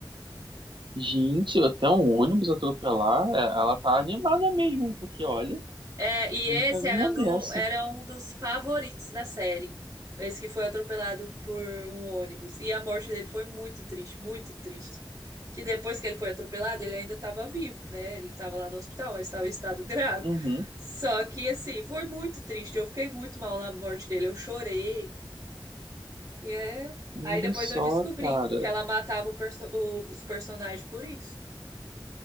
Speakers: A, on the right; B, on the right.
A: Gente, até um ônibus atropelar, é, ela tá animada mesmo, hein, porque olha,
B: É, e
A: nunca
B: esse
A: vi
B: era
A: uma
B: um, do-
A: dessa.
B: era um dos favoritos da série. Esse que foi atropelado por um ônibus. E a morte dele foi muito triste, muito triste. Que depois que ele foi atropelado, ele ainda estava vivo, né? Ele estava lá no hospital, mas estava em estado grave.
A: Uhum.
B: Só que, assim, foi muito triste. Eu fiquei muito mal na morte dele. Eu chorei. E é...
A: Olha
B: aí depois
A: só,
B: eu descobri
A: cara.
B: que ela matava o perso- o- os personagens por isso.